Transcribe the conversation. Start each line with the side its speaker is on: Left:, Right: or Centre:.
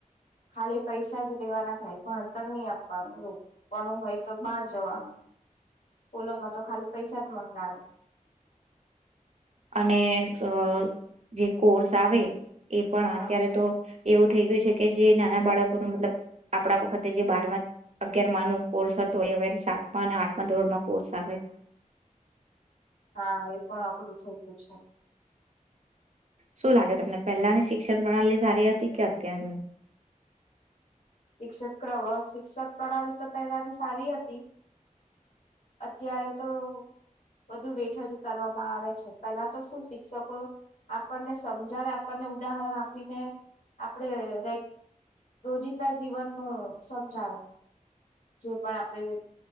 Left: ખાલી પૈસા જ લેવાના થાય ભણતર નહી આપવાનું એવું ભનવુ હોય તો બહાર જવાનું સ્કૂલોમાં તો ખાલી પૈસા જ મંગાવે
Right: અને અ જે કોર્સ આવે એ પણ
Left: હમ
Right: અત્યારે તો એવું થઈ ગયું છે કે જે નાના બાળકો ન મતલબ આપણા વખતે જે બારમાં અગિયાર નો કોર્સ હતો એ અવે સાતમાં અને આઠમાં ધોરમાં કોર્સ આવે છે
Left: હા એ પણ અઘરું થઈ ગયું છે
Right: શું લાગે તમને પહેલાની શિક્ષણ પ્રણાલી સારી હતી કે અત્યારની
Left: શિક્ષ્ર શિક્ષક પ્રણાલી તો પહેલાની સારી હતી અત્યારે તો વધુ વેઠ જ ઉતારવામાં આવે છે પેલા તો શું શિક્ષકો આપણને સમજાવે આપણને ઉદાહરણ આપીને આપડે રેગ રોજિંદા જીવન ન સમજાવે જે પણ આપડે